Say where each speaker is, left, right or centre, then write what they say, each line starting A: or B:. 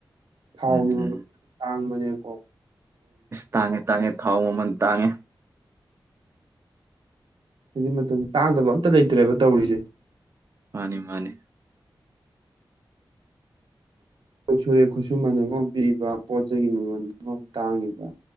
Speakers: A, on the right (about 85°); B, on the right (about 35°).
A: ꯊꯥꯎꯒꯤ
B: ꯎꯝ ꯎꯝ
A: ꯃꯃꯜ ꯇꯥꯡꯏ ꯖꯦ ꯀꯣ
B: ꯇꯥꯡꯉꯦ ꯇꯥꯡꯉꯦ ꯊꯥꯎ ꯃꯃꯜ ꯇꯥꯡꯉꯦ
A: ꯍꯧꯖꯤꯛ ꯃꯇꯝ ꯇꯥꯡꯗꯕ ꯑꯝꯇ ꯂꯩꯇ꯭ꯔꯦꯕ ꯇꯧꯔꯤꯁꯦ
B: ꯃꯥꯅꯤ ꯃꯥꯅꯤ
A: ꯁꯨꯔꯦ ꯈꯨꯠꯁꯨꯃꯟ ꯑꯃ ꯄꯤꯛꯏꯕ ꯄꯣꯠ ꯆꯩꯒꯤ ꯃꯃꯜ ꯑꯃꯝ ꯇꯥꯡꯉꯤꯕ